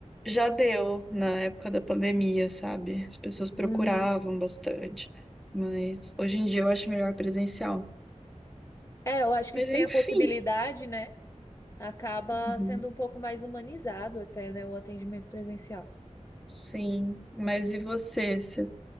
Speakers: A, in the centre; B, on the left.
A: Já deu na época da pandemia, sabe? As pessoas procuravam
B: Uhum.
A: bastante, né? Mas hoje em dia eu acho melhor presencial.
B: É, eu acho que
A: Mas
B: se tem
A: enfim.
B: a possibilidade, né? Acaba
A: Uhum.
B: sendo um pouco mais humanizado até, né, o atendimento presencial.
A: Sim. Mas e você? Você